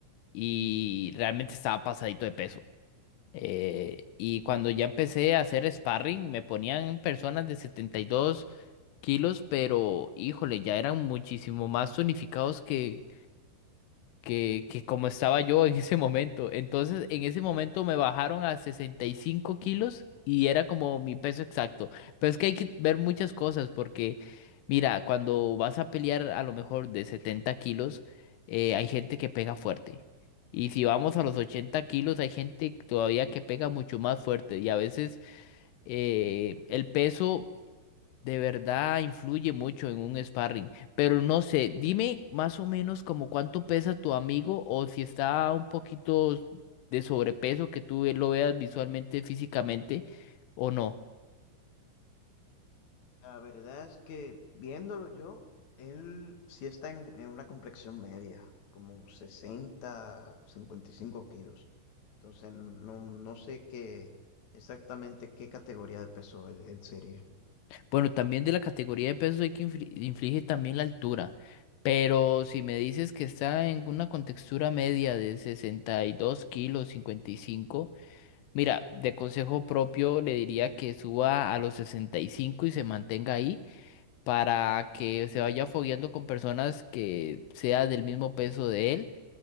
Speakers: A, on the left; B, on the left.
A: y realmente estaba pasadito de peso. Eh, y cuando ya empecé a hacer sparring, me ponían personas de setenta y dos kilos, pero híjole, ya eran muchísimo más tonificados que, que, que como estaba yo en ese momento. Entonces, en ese momento me bajaron a 65 kilos y era como mi peso exacto. Pero es que hay que ver muchas cosas porque, mira, cuando vas a pelear a lo mejor de 70 kilos, eh, hay gente que pega fuerte. Y si vamos a los 80 kilos, hay gente todavía que pega mucho más fuerte. Y a veces eh, el peso de verdad influye mucho en un sparring. Pero no sé, dime más o menos como cuánto pesa tu amigo o si está un poquito de sobrepeso que tú lo veas visualmente, físicamente o no.
B: La verdad es que viéndolo yo, él sí está en, en una complexión media, como sesenta, cincuenta y cinco kilos. Entonces no, no sé qué exactamente qué categoría de peso él, él sería.
A: Bueno, también de la categoría de pesos hay que infli- inflige también la altura. Pero si me dices que está en una contextura media de 62 kilos, 55, mira, de consejo propio le diría que suba a los 65 y cinco y se mantenga ahí para que se vaya fogueando con personas que sea del mismo peso de él.